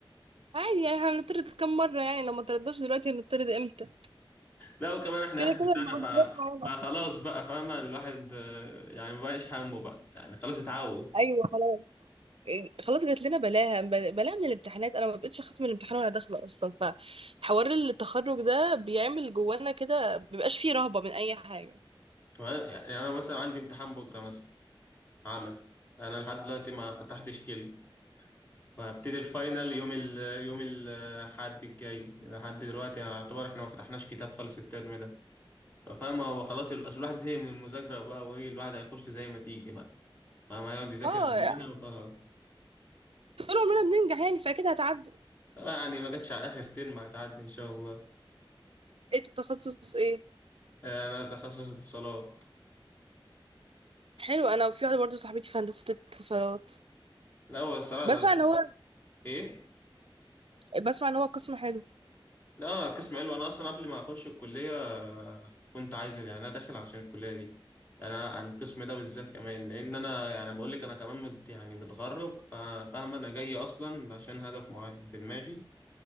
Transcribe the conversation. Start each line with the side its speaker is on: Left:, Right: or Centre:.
Right: عادي يعني هنطرد كم مره يعني لو ما تردش دلوقتي هنطرد امتى
Left: لا وكمان احنا
Right: كده
Left: اخر
Right: كده
Left: سنة
Right: المحاضرات
Left: ف...
Right: معانا
Left: فخلاص بقى فاهمة الواحد آه، يعني مبقاش همه بقى يعني خلاص اتعود
Right: ايوه خلاص خلاص جات لنا بلاها بلاها من الامتحانات انا ما بقتش اخاف من الامتحان وانا داخله اصلا فحوار التخرج ده بيعمل جوانا كده مبيبقاش فيه رهبه من اي حاجه
Left: يعني انا مثلا عندي امتحان بكرة مثلا عمل انا لحد دلوقتي ما فتحتش كلمة وهبتدي الفاينل يوم ال يوم الحد الجاي لحد دلوقتي يعني يعتبر احنا ما فتحناش كتاب خالص الترم ده ففاهم هو خلاص ال- اصل الواحد زهق من المذاكرة بقى وايه الواحد هيخش زي ما تيجي بقى فاهم هيقعد يذاكر
Right: اه
Left: من هنا وخلاص
Right: طول عمرنا بننجح يعني فاكيد هتعدي
Left: آه، يعني ما جاتش على اخر ترم هتعدي ان شاء الله
Right: ايه التخصص ايه
Left: آه، انا تخصص اتصالات
Right: حلو انا في واحده برضه صاحبتي في هندسه اتصالات
Left: لا هو الصراحة
Right: بسمع ان
Left: ده-
Right: هو
Left: ايه
Right: بسمع ان هو قسم حلو
Left: لا قسم علوي انا اصلا قبل ما اخش الكليه آه، كنت عايز يعني انا داخل عشان الكليه دي يعني انا عن القسم ده بالذات كمان لان انا يعني بقول لك انا كمان مت يعني متغرب فاهم انا جاي اصلا عشان هدف معين في دماغي